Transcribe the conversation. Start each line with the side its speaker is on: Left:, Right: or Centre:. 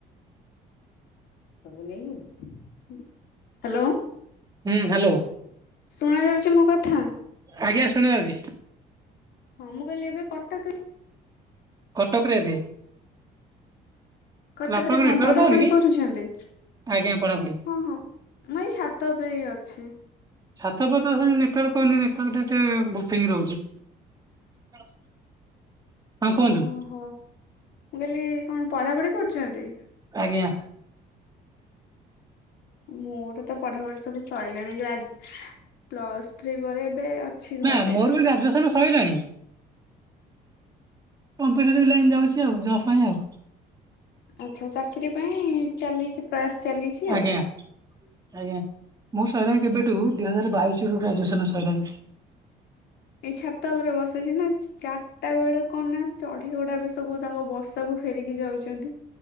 Left: ହ୍ୟାଲୋ।
Right: ହୁଁ ହ୍ୟାଲୋ।
Left: ଶୁଣା ଯାଉଛି ମୋ କଥା?
Right: ଆଜ୍ଞା ଶୁଣାଯାଉଛି।
Left: ହଁ ମୁଁ କହିଲି ଏବେ କଟକରେ
Right: କଟକରେ ଏବେ।
Left: କଟକରେ
Right: କହିଲେ ଆପଣଙ୍କ
Left: କଣ
Right: ନେଟୱାର୍କ
Left: ପଢ଼ାପଢ଼ି
Right: ପାଉନି କି?
Left: କରୁଛନ୍ତି?
Right: ଆଜ୍ଞା ପଢାପଢି।
Left: ହଁ ହଁ। ମୁଁ ଏଇ ସାତ ଉପରେ ହିଁ ଅଛି।
Right: ସାତ ଉପରେ ତ ସେମିତି ନେଟୱାର୍କ ପାଉନି ଟିକେ ବୁକିଂ ରହୁଛି। ହଁ। କୁହନ୍ତୁ
Left: ଓହୋ! ମୁଁ କାଲି କଣ ପଢ଼ାପଢ଼ି କରୁଛନ୍ତି?
Right: ଆଜ୍ଞା।
Left: ମୋର ତ ପଢ଼ାପଢ଼ି ସବୁ ସରିଲାଣି। ଗ୍ରାଜ ପ୍ଲସ୍ ଥ୍ରୀ ପରେ ଏବେ ଅଛି
Right: ନା
Left: ଘରେ।
Right: ମୋର ବି ଗ୍ରାଜୁଏସନ ସଇଲାଣି। କମ୍ପ୍ୟୁଟରଭ ଲାଇନ୍ ଯାଉଛି ଆଉ ଜବ ପାଇଁ ଆଉ।
Left: ଆଚ୍ଛା ଚାକିରି ପାଇଁ ଚାଲିଛି ପ୍ରୟାସ ଚାଲିଛି
Right: ଆଜ୍ଞା
Left: ଆଉ।
Right: ଆଜ୍ଞା ମୁଁ ସଇଲାଣି କେବେଠୁ ଦୁଇ ହଜାର ବାଇଶ ରୁ ଗ୍ରାଜୁଏସନ ସଆଇଲାଣି।
Left: ଏଇ ଛାତ ଉପରେ ବସେଇଛି ନା ଚାରିଟା ବେଳେ କଣ ନାଁ ଚଢେଇ ଗୁଡା ବି ସବୁ ତାଙ୍କ ବସାକୁ ଫେରିକି ଯାଉଛନ୍ତି।